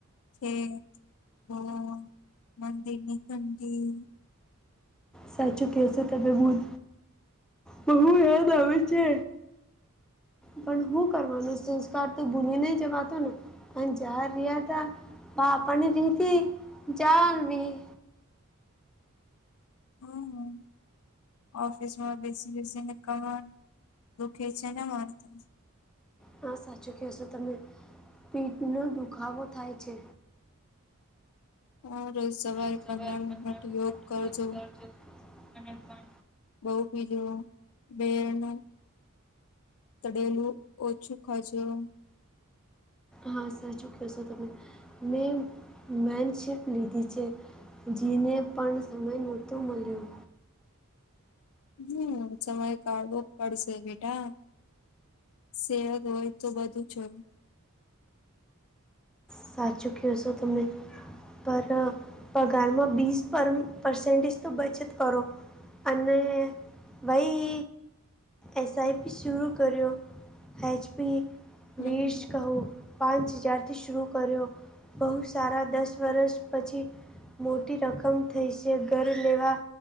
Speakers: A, on the left; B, in the centre.
A: છે. બહુ મંદી ની તંગી
B: સાચું કેશો તમે બુન બહુ યાદ આવે છે. પણ હું કરવાનો સંસ્કાર તો ભૂલી નઈ જવાતું ને. પણ જ્યાં રહ્યા તા આપણને રીતી <unintelligible>
A: હમ્મ ઓફિસ માં બેસી બેસીને કમર દુખે છે, ને મારી તો
B: હા, સાચું કેસો તમે પીઠ નો દુખાવો થાય છે.
A: હા રોજ સવારે
B: એક સવાલ
A: પંદર મિનિટ
B: પર <unintelligible>
A: યોગ કરજો બઉ બીજું બેનું તડેલુ ઓછું ખાજો.
B: હા સાચું ક્યોસો તમે. મેં મેનશિફ્ટ લીધી છે જીને પણ સમય નહોતો મલ્યો.
A: હમ્મ સમય કાઢવો પડશે બેટા. સેહત હોય તો બધું જ હોય.
B: સાચું કયો શો તમે. પર પગારમાં બીસ પરમ પરસેન્ટેજ તો બચત કરો અને વઈ એસ આઈ પી શુરૂ કર્યો એચ પી
A: હમ
B: વીશ કહું. પાંચ હજાર થી શુરૂ કર્યો, બહુ સારા દસ વર્ષ પછી મોટી રકમ થઈ છે ઘર લેવા